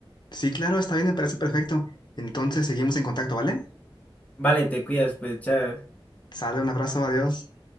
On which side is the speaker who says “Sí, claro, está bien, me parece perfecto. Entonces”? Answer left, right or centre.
Left